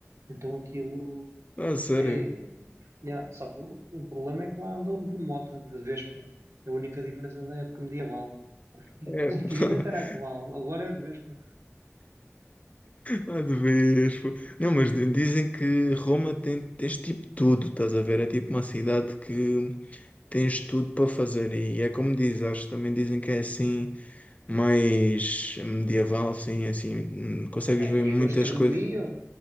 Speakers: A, on the right (about 80°); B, on the left (about 30°).
A: Então aquilo
B: Ah, sério?
A: é. Yeah, só que o, o problema é que lá andam de mota, de Vespa. É a única diferença da época medieval. <laughs>
B: É.
A: Antigamente
B: <laughs>
A: era a cavalo, agora é de Vespa.
B: Ah, de vez. pô. Não, mas di- dizem que Roma tem, tens tipo tudo, estás a ver? É tipo uma cidade que tens tudo para fazer e é como diz, acho que também dizem que é assim, mais medieval, sim, assim, hum, consegues
A: Ah,
B: ver
A: e
B: muitas
A: a gastronomia?
B: coisas.